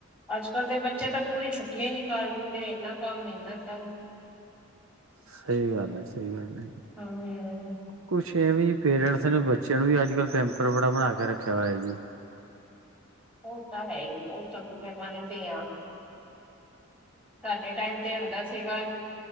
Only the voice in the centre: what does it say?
ਅੱਜ ਕਲ ਦੇ ਬੱਚੇ ਤਾਂ ਪੂਰੀ ਛੁੱਟੀਆਂ ਹੀ ਨਿਕਾਲ ਦਿੰਦੇ ਇਨਾ ਕੰਮ ਇਨਾ ਕੰਮ
ਹੂੰ।
ਉਹ ਤਾਂ ਹੈ ਹੀ ਉਹ ਤਾਂ ਮੈਂ ਮੰਨਦੀ ਹਾਂ ਸਾਡੇ ਟਾਈਮ ਤੇ ਹੁੰਦਾ ਸੀਗਾ